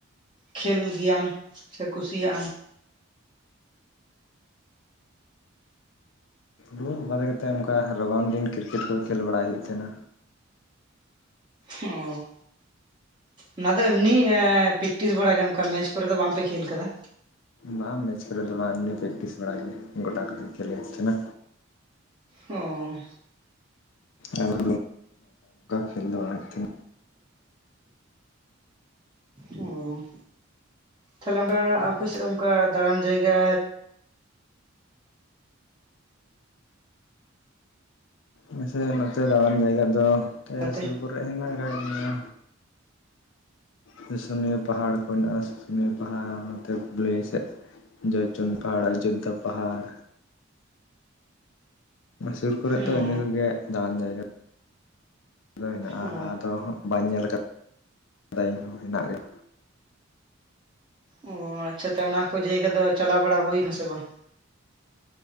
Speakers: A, on the right (about 20°); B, on the left (about 65°).
A: ᱠᱷᱮᱞ ᱜᱮᱭᱟᱢ ᱥᱮ ᱠᱩᱥᱤᱭᱟᱜ ᱟᱢ?
B: ᱯᱷᱩᱴᱵᱚᱞ ᱵᱟᱫᱮ ᱱᱚᱝᱠᱟ ᱚᱱᱠᱟ ᱨᱟᱵᱟᱝ ᱫᱤᱱ ᱠᱨᱤᱠᱮᱴ ᱠᱚ ᱠᱷᱮᱞ ᱵᱟᱲᱟᱭ ᱦᱩᱭᱩᱜ ᱛᱟᱦᱮᱱᱟ᱾
A: ᱚ ᱚᱱᱟ ᱫᱚ ᱮᱢᱱᱤ ᱯᱮᱠᱴᱤᱥ ᱵᱟᱲᱟ ᱜᱮ ᱚᱱᱠᱟ ᱢᱮᱪ ᱠᱚᱨᱮ ᱫᱚ ᱵᱟᱝᱯᱮ ᱠᱷᱮᱞ ᱟᱠᱟᱫᱟ᱾
B: ᱵᱟᱝ ᱢᱮᱪ ᱠᱚᱨᱮ ᱫᱚ ᱵᱟᱝ ᱮᱢᱱᱤ ᱯᱨᱮᱠᱴᱤᱥ ᱵᱟᱲᱟ ᱜᱮ ᱜᱚᱰᱟ ᱠᱚ ᱨᱮ ᱠᱷᱮᱞ ᱦᱩᱭᱩᱜ ᱛᱟᱦᱮᱱᱟ᱾
A: ᱚ
B: ᱟᱨ <unintelligible> ᱠᱷᱮᱞ ᱫᱚ ᱵᱟᱝ ᱦᱩᱭᱩᱜ ᱛᱟᱦᱮᱫ
A: ᱚ ᱛᱟᱦᱞᱮ ᱚᱱᱠᱟ ᱟᱯᱮ ᱥᱮᱫ ᱚᱱᱠᱟ ᱫᱟᱬᱟᱱ ᱡᱟᱭᱜᱟ
B: ᱢᱟᱥᱮ ᱱᱚᱛᱮ ᱫᱟᱬᱟᱱ ᱡᱟᱭᱜᱟ ᱫᱚ
A: ᱞᱮᱠᱟᱛᱮ
B: ᱱᱮ ᱥᱩᱨ ᱠᱚᱨᱮ ᱦᱮᱱᱟᱜ ᱟᱠᱟᱫ ᱜᱮᱭᱟ᱾ ᱥᱩᱥᱩᱱᱤᱭᱟᱹ ᱯᱟᱦᱟᱲ ᱠᱚ ᱢᱮᱱᱟᱜᱼᱟ, ᱥᱩᱥᱩᱱᱤᱭᱟᱹ ᱯᱟᱦᱟᱲ ᱱᱚᱛᱮ ᱯᱩᱨᱩᱞᱤᱭᱟᱹ ᱥᱮᱫ᱾ ᱡᱚᱭᱪᱚᱱᱰᱤ ᱯᱟᱦᱟᱲ ᱚᱡᱳᱫᱽᱫᱷᱟ ᱯᱟᱦᱟᱲ᱾ ᱥᱩᱨ ᱠᱚᱨᱮ
A: ᱚ
B: ᱫᱚ ᱤᱱᱟᱹ ᱠᱚᱜᱮ ᱫᱟᱬᱟᱱ ᱡᱟᱭᱜᱟ᱾ ᱫᱚ ᱦᱮᱱᱟᱜᱼᱟ
A: ᱚ
B: ᱟᱫᱚ ᱦᱟᱜ ᱵᱟᱹᱧ ᱧᱮᱞ ᱠᱟᱫᱟ ᱤᱧ ᱦᱚᱸ ᱦᱮᱱᱟᱜ ᱜᱮᱭᱟ
A: ᱚ ᱟᱪᱪᱷᱟ ᱛᱚ ᱚᱱᱟ ᱠᱚ ᱡᱟᱭᱜᱟ ᱫᱚ ᱪᱟᱞᱟᱣ ᱵᱟᱲᱟ ᱦᱩᱭ ᱮᱱᱟ ᱥᱮ ᱵᱟᱝ?